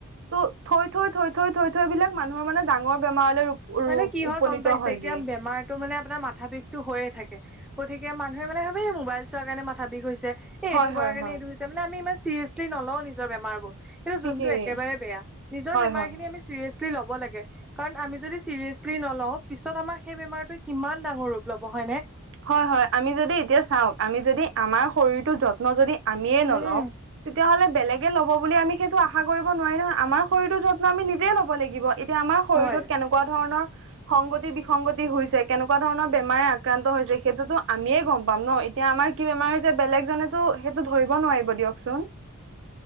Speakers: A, on the right (about 60°); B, in the centre.
A: ত' থৈ থৈ থৈ থৈ থৈ থৈ বিলাক মানুহৰ মানে ডাঙৰ বেমাৰলৈ ৰূপ
B: মানে কি
A: উপনীত
B: হয় গম পাইছে
A: হয়গে
B: এতিয়া বেমাৰ টো মানে আপোনাৰ মাথা বিষটো হৈয়ে থাকে, গতিকে মানুহে মানে ভাৱে এই মোবাইল চোৱাৰ কাৰণে মাথা বিষ হৈছে। এই
A: হয়
B: এইটো
A: হয়
B: কৰাৰ কাৰণে
A: হয়
B: এইটো হৈছে মানে আমি ইমান চিৰিয়াচলি নলওঁ নিজৰ বেমাৰবোৰ। কিন্তু
A: ঠিকেই
B: যোনটো একেবাৰে বেয়া নিজৰ
A: হয়
B: বেমাৰখিনি
A: হয়
B: আমি চিৰিয়াচলি ল'ব লাগে। কাৰণ আমি যদি চি চিৰিয়াচলি নলওঁ, পিছত আমাৰ সেই বেমাৰটো কিমান ডাঙৰ ৰূপ ল'ব হয়নে?
A: হয় হয়, আমি যদি এতিয়া চাওক আমি যদি আমাৰ শৰীৰটো যত্ন যদি আমিয়ে নলওঁ
B: উম
A: তেতিয়া হ'লে বেলেগ ল'ব বুলি আমি সেইটো আশা কৰিব নোৱাৰি নহয় আমাৰ শৰীৰটো যত্ন আমি নিজেই ল'ব লাগিব, এতিয়া আমাৰ শৰীৰটোত
B: হয়
A: কেনেকুৱা ধৰণৰ সংগতি বিসংগতি হৈছে, কেনেকুৱা ধৰণৰ বেমাৰে আক্ৰান্ত হৈছ সেইটোতো আমিয়ে গম পাম ন এতিয়া আমাৰ কি বেমাৰ হৈছে বেলেগজনেতো সেইটো ধৰিব নোৱাৰিব দিয়কচোন।